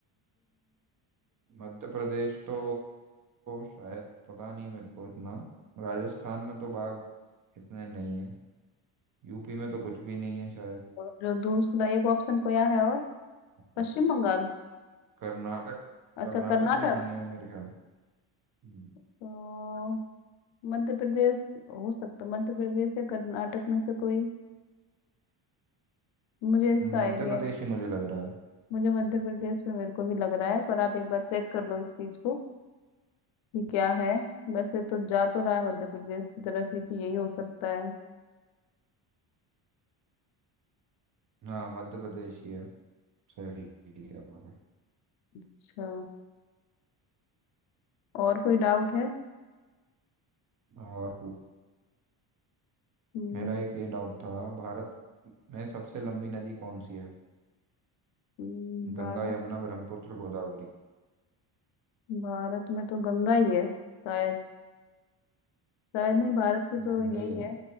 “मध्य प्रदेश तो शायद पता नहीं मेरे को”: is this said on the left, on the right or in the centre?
Right